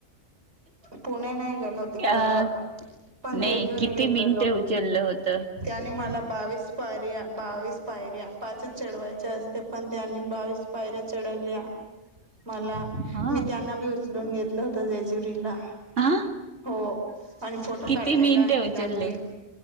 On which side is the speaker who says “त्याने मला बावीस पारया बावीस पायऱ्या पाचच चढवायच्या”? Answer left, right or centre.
Right